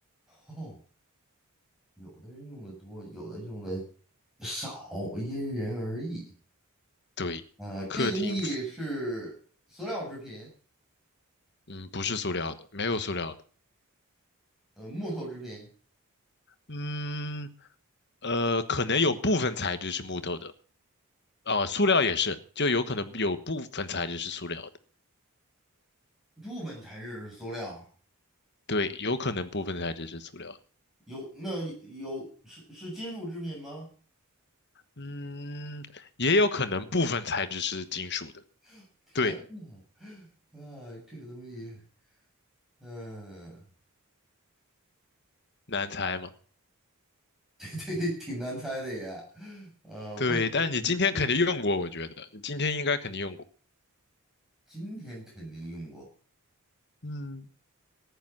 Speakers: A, in the centre; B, on the left (about 50°).
A: 哦。有的人用的多，有的用的少，因人而异。
B: 对，
A: 啊、这个东西是塑料制品，
B: 客厅，嗯，不是塑料的，没有塑料的，
A: 呃，木头制品，
B: 嗯，呃，可能有部分材质是木头的，哦，塑料也是，就有可能有部分材质是塑料的，
A: 部分材质是塑料。
B: 对，有可能部分材质是塑料的，
A: 有那有是是金属制品吗？
B: 嗯，也有可能部分材质是金属的，
A: <laughs> 天呐，
B: 对，
A: 啊，这个东西，嗯、
B: 难猜吗？
A: <laughs> 这这挺难猜的也。呃，
B: 对，
A: 问的题问，
B: 但是你今天肯定用过，我觉得你今天应该肯定用过。
A: 今天肯定用过，
B: 嗯，